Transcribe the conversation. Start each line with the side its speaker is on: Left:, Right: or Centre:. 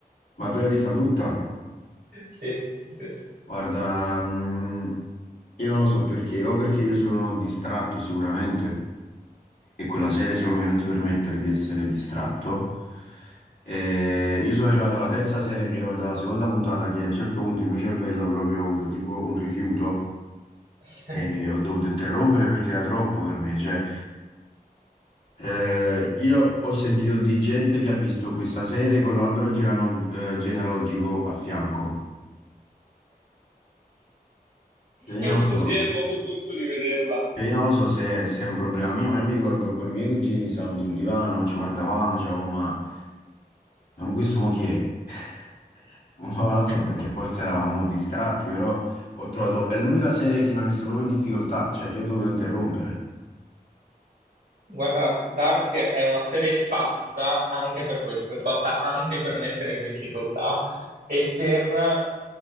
Left: Ma te l'hai vista tutta?
Right: Sì, sì, sì.
Left: Guarda, mm, io non lo so perché, o perché io sono distratto sicuramente. e quella serie secondo me non ti permettere di essere distratto. Eh, io sono arrivato alla terza serie, mi ricordo la seconda puntata, che a un certo punto il mio cervello proprio ha avuto tipo un rifiuto
Right: <laughs>
Left: e ho dovuto interrompere perché era troppo per me. Cioè, eh, io ho sentito di gente che ha visto questa serie con l'albero geranol- eh, genealogico a fianco. E Io
Right: Penso
Left: non lo so.
Right: sia il modo giusto di vederla.
Left: E Io non lo so se, se è un problema mio, ma io mi ricordo con i miei cugini stavamo sul divano, ci guardavamo, dicevamo, ma, ma questo mo chi è? <laughs> Mo non so
Right: <laughs>
Left: perché forse eravamo distratti, però ho trovato... È l'unica serie che mi ha messo proprio in difficoltà, cioè che ho dovuto interrompere.
Right: Guarda, Dark è una serie fatta anche per questo, è fatta anche per mettere in difficoltà e per